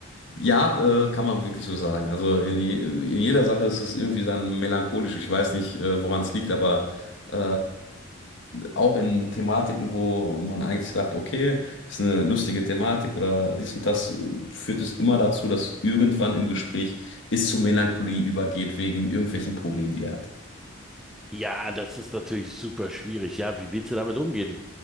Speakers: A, on the left; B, in the centre.
A: Ja, äh, kann man wirklich so sagen. Also in, je, in jeder Sache ist es irgendwie dann melancholisch. Ich weiß nicht, äh, woran es liegt, aber äh, auch in Thematiken, wo man eigentlich sagt, okay, ist eine lustige Thematik oder dies und das, äh, führt es immer dazu, dass irgendwann im Gespräch es zu Melancholie übergeht wegen irgendwelchen Problemen, die er hat.
B: Ja, das ist natürlich super schwierig. Ja, wie willst du damit umgehen?